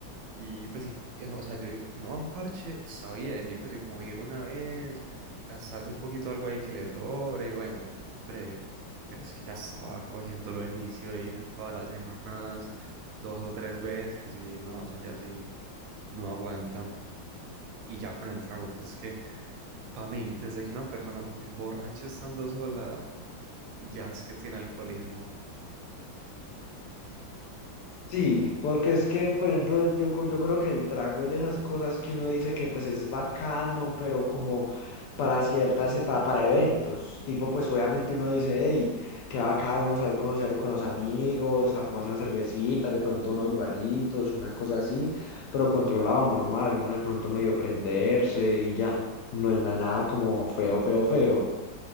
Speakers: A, on the right (about 90°); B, on the left (about 70°).
A: y pues, y- y, o sea, yo digo, si uno va a un parche, está bien, y pues, y como ir una vez, gastarse un poquito algo ahí que le sobre, y bueno, breve. Pero es que ya estaba cogiendo lo de vicio de ir todas las semanas, dos o tres veces, y no, eso ya sí no aguantan. Y ya con el trago, pues es que, para mí, desde que una persona se emborracha estando sola, ya es que tiene alcoholismo.
B: Sí, porque es que, por ejemplo, yo, co- yo creo que el trago es de esas cosas que uno dice que pues es bacano, pero como para ciertas, eh, para, para eventos, tipo pues obviamente uno dice, hey, qué bacano uno salir a conocer con los amigos, a tomarse una cervecita, de pronto unos guaritos, una cosa así, pero controlado, normal, uno de pronto medio prenderse y ya, no es na- nada como feo, feo, feo.